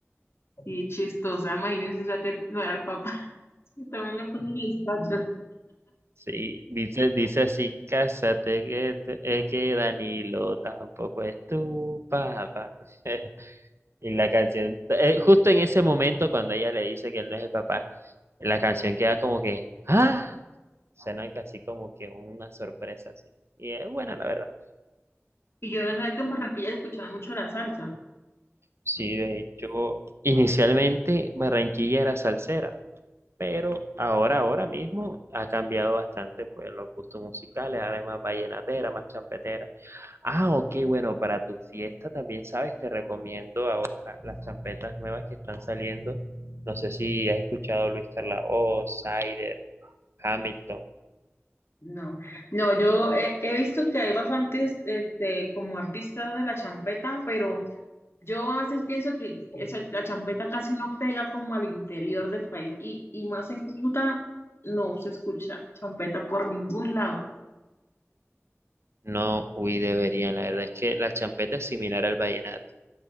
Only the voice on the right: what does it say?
Sí, dice, dice así, cásate que, te- es que Danilo tampoco es tu papá. <laughs> Y la canción, eh, justo en ese momento cuando ella le dice que él no es el papá, la canción queda como que, ¡ah! Suena casi como que una sorpresa así. Y es buena, la verdad.
Sí, de hecho, inicialmente Barranquilla era salsera. pero ahora, ahora mismo ha cambiado bastante pues los gustos musicales, ahora es más vallenatera, más champetera. Ah, ok, bueno, para tu fiesta también, ¿sabes? Te recomiendo ahora la- las champetas nuevas que están saliendo. No sé si has escuchado Luis Carlaos, Sider, Hamilton.
No, uy, deberían, la verdad es que la champeta es similar al vallenato.